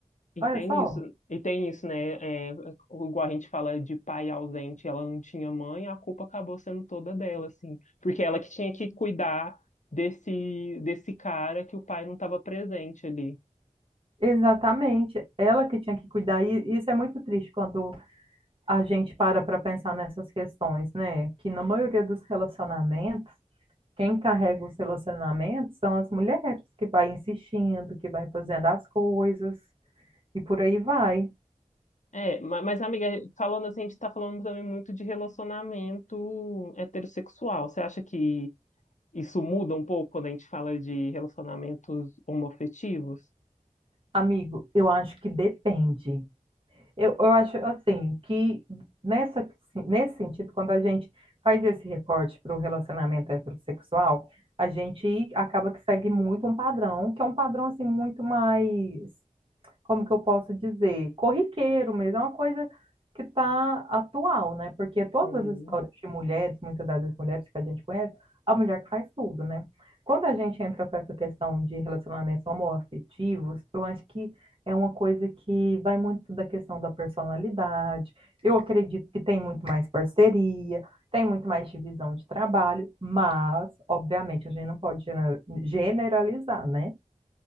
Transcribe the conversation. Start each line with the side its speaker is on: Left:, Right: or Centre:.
Left: E
Right: Olha
Left: tem
Right: só.
Left: isso, e tem isso, né? É, igual a gente fala de pai ausente, ela não tinha mãe, a culpa acabou sendo toda dela, assim, porque ela que tinha que cuidar desse desse cara que o pai não estava presente ali.
Right: Exatamente, ela que tinha que cuidar, e isso é muito triste quando a gente para para pensar nessas questões, né? Que na maioria dos relacionamentos, quem carrega os relacionamentos são as mulheres, que vai insistindo, que vai fazendo as coisas e por aí vai.
Left: É, ma- mas, amiga, falando assim, a gente está falando também muito de relacionamento heterossexual. Você acha que isso muda um pouco quando a gente fala de relacionamentos homoafetivos?
Right: Amigo, eu acho que depende. Eu, eu acho assim que nessa, nesse sentido, quando a gente faz esse recorte para o relacionamento heterossexual, a gente acaba que segue muito um padrão, que é um padrão assim muito mais como que eu posso dizer, corriqueiro mesmo, é uma coisa que está atual, né? Porque todas
Left: Uhum.
Right: as histórias de mulheres, muitas das mulheres que a gente conhece, a mulher que faz tudo, né? Quando a gente entra para essa questão de relacionamentos homoafetivos, eu acho que é uma coisa que vai muito da questão da personalidade. Eu acredito que tem muito mais parceria, tem muito mais divisão de trabalho, mas, obviamente, a gente não pode gena- generalizar, né?